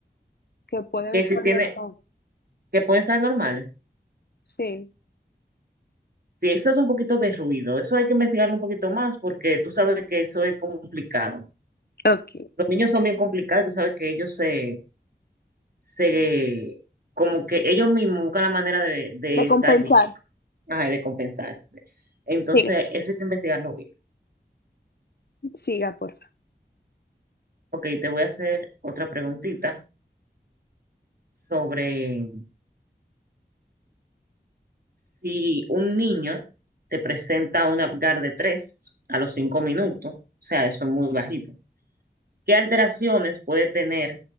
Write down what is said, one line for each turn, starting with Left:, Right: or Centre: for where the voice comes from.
Left: que pueden
Right: que
Left: estar
Right: si tiene,
Left: normales.
Right: que pueden estar normales.
Left: Sí,
Right: Si eso es un poquito de ruido, eso hay que investigarlo un poquito más porque tú sabes que eso es complicado.
Left: ok.
Right: Los niños son bien complicados, tú sabes que ellos se, se, como que ellos mismos buscan la manera de, de
Left: De
Right: estar
Left: compensar.
Right: bien, ajá, y de compensarse. Entonces,
Left: Sí.
Right: eso hay que investigarlo bien.
Left: Siga, porfa.
Right: Ok, te voy a hacer otra preguntita sobre Si un niño te presenta un Apgar de 3 a los 5 minutos, o sea, eso es muy bajito, ¿qué alteraciones puede tener